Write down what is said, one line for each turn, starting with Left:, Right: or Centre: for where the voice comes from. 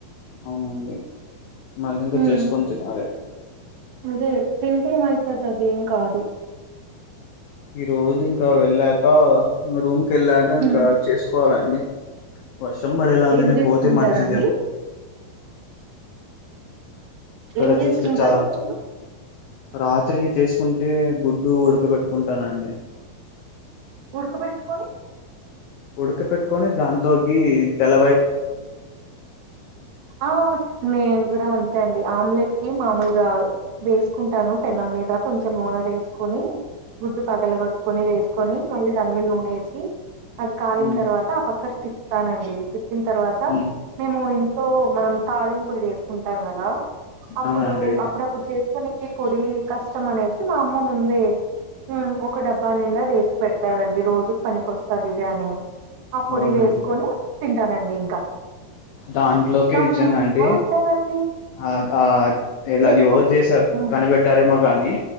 Left: అవునండి మళ్ళీ ఇంకా
Right: ఉమ్,
Left: చేసుకోని తినాలే
Right: అదే తింటేమైతుందిదేం కాదు
Left: ఈ రోజు ఇంకా వెళ్ళాక రూమ్ కెళ్ళాక ఇంకా
Right: ఉమ్.
Left: చేసుకు కోవాలండి వర్షం పడేలా ఉంది
Right: ఏం
Left: నేను
Right: చేసుకుంటారా
Left: పోతే మంచిదేమో
Right: అండి
Left: ఇక్కడ
Right: ఏం
Left: చూస్తే
Right: చేసుకుంటారు
Left: చా
Right: మీరు
Left: రాత్రికి చేసుకుంటే గుడ్డు ఉడకబెట్టుకుంటానండి.
Right: ఉడుకబెట్టుకని
Left: ఉడక పెట్టుకొని దాంతోకి తెల
Right: ఆ నేన్ కూడా అన్ తే అండి ఆమ్లెట్ కి మామూలుగా వేసుకుంటాను పెనం మీద కొంచెం నూనె వేసుకొని గుడ్డు పగల కొట్టుకొని వేసుకొని మళ్ళీ దాని మీద నూన వేసి అది కాలిన
Left: ఉమ్
Right: తర్వాత ఆ పక్కకి తిప్తానండి తిప్పిన తర్వాత
Left: ఉమ్
Right: మేము ఇంట్లో మనం తాలింపులు చేసుకుంటాం కదా అప్పుడు
Left: అవునండి
Right: అప్పుడు అప్పుడపుడు చేసు ఈ పొడి కష్టం అనేసి మా అమ్మ ముందే ఉమ్ ఒక డబ్బా నిండా వేసి పెడతారండి రోజుకి పనికిస్తది ఇదే అని ఆ పొడి
Left: అవునండి
Right: వేసుకొని తింటానండి ఇంకా
Left: దాంట్లోకే
Right: కమ్మగా
Left: నిజంగా అండి
Right: ఉంటదండి
Left: అ ఆ ఎలా
Right: నేను
Left: ఎవర్ చేసార్
Right: ఆ!
Left: కనిబెట్టార కానీ